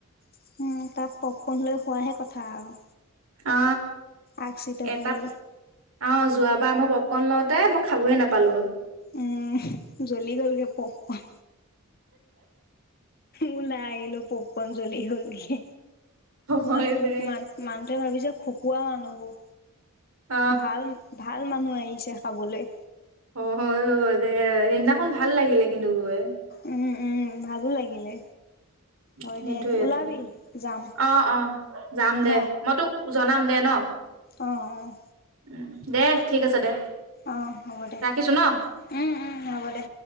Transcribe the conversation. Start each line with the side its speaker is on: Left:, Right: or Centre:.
Left: উম, তাত পপকৰ্ন লৈ খোৱাহে কথা আৰু।
Right: অ,
Left: আগ চিটত
Right: এ
Left: বহি।
Right: অ' যোৱাবাৰ মই অকণ লওঁতে মই খাবয়ই নাপালোঁ।
Left: উম, জ্বলি গল গে পপকন। ওলাই আহিলো পপকন জলি গলগে।
Right: হয়
Left: মান
Right: দে
Left: মা' মানটোৱে ভাবিছে খুব ইয়াৰ মানুবোৰ
Right: অ
Left: ভাল-ভাল মানুহ আহিছে। খাবলৈ
Right: অ' হয় দে সেইদিনাখন ভাল লাগিলে কিন্তু গৈ।
Left: উম-উম, ভালো লাগিলে। হয়
Right: সেইটোয়েইটো
Left: দে ওলাবি যাম।
Right: অ-অ যাম দে।
Left: ন
Right: মই তোক জনাম দে ন।
Left: অঁ-অঁ,
Right: উ, দে ঠিক আছে দে।
Left: অঁ' হ'ব দে,
Right: ৰাখিছো ন
Left: উম-উম, হ'ব দে।